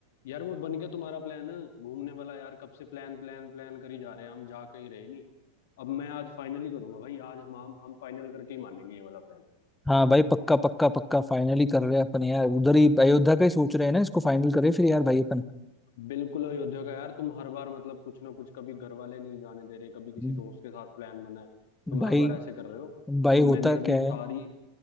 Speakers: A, on the left (about 55°); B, in the centre.
A: यार वो बन गया तुम्हारा प्लान घूमने वाला यार कब से प्लान प्लान प्लान करी जा रहे हैं हम जा कहीं रहे नहीं अब मैं आज फाइनली करूंगा भाई आज हम हम हम फाइनल करके ही मानेंगे ये वाला प्लान
B: हाँ भाई पक्का पक्का पक्का फाइनली कर रहे हैं अपन यार उधर ही अयोध्या का ही सोच रहे हैं ना इसको फाइनल करें फिर यार भाई अपन
A: बिल्कुल अयोध्या का यार तुम हर बार मतलब कुछ ना कुछ कभी घर वाले नहीं जाने दे रहे कभी किसी
B: हम्म।
A: दोस्त के साथ प्लान बना है तुम
B: भाई
A: हर बार ऐसे कर रहे हो
B: भाई
A: तो मैंने
B: होता
A: अभी
B: क्या
A: सारी
B: है